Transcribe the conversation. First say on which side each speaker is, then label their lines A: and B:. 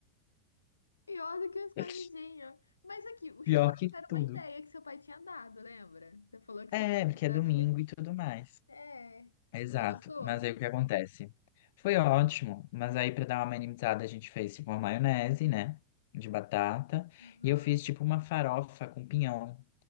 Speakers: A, on the left (about 80°); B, on the left (about 50°).
A: pior do que o escondidinho.
B: <laughs>
A: Mas aqui, o churrasco
B: Pior que
A: era
B: tudo.
A: uma ideia que seu pai tinha dado, lembra? Você falou que
B: É,
A: seu pai tinha
B: porque
A: dado
B: é domingo
A: a receita.
B: e tudo mais.
A: É,
B: Exato.
A: foi gostoso?
B: Mas aí o que acontece? Foi ótimo, mas aí para dar uma minimizada a gente fez tipo uma maionese, né? De batata.
A: Aham.
B: E eu fiz tipo uma farofa com pinhão.